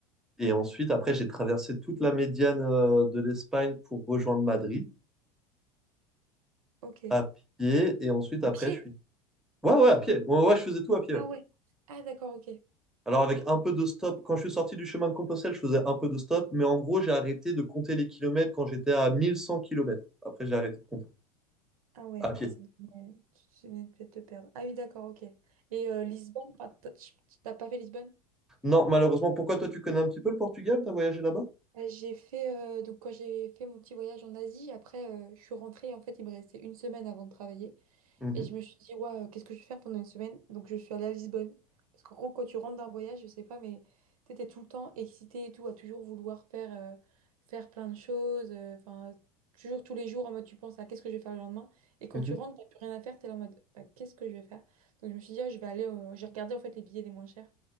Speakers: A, in the centre; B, on the right (about 65°).
A: Et ensuite, après, j'ai traversé toute la médiane euh, de l'Espagne pour rejoindre Madrid
B: ok.
A: à pied. Et ensuite,
B: À
A: après,
B: pied?
A: je suis... Ouais, ouais, à pied. Ouais, ouais, je faisais tout à pied.
B: Ah
A: ouais.
B: ouais. Ah, d'accord, ok.
A: Alors, avec un peu de stop, quand je suis sorti du chemin de Compostelle, je faisais un peu de stop. Mais en gros, j'ai arrêté de compter les kilomètres quand j'étais à 1100 kilomètres. Après, j'ai arrêté de compter
B: Ah ouais,
A: à
B: après,
A: pied.
B: ça devenait... tu tu venais de peut-être te perdre. Ah oui, d'accord, ok. Et euh, Lisbonne, enfin, t'as tu- t'as pas fait Lisbonne?
A: Non, malheureusement, pourquoi toi, tu connais un petit peu le Portugal? T'as voyagé là-bas?
B: Euh, J'ai fait euh, donc quand j'ai fait mon petit voyage en Asie, après euh, je suis rentrée en fait il me restait une semaine avant de travailler
A: Mhm,
B: et je me suis dit waouh qu'est-ce que je vais faire pendant une semaine donc je suis allée à Lisbonne parce qu'en gros quand tu rentres d'un voyage je sais pas mais tu étais tout le temps excitée et tout à toujours vouloir faire euh, faire plein de choses euh, enfin toujours tous les jours en mode tu penses à qu'est-ce que je vais faire le lendemain et quand
A: mhm.
B: tu rentres t'as plus rien à faire t'es là en mode bah, qu'est-ce que je vais faire donc je me suis dit Ah, je vais aller euh, j'ai regardé en fait les billets les moins chers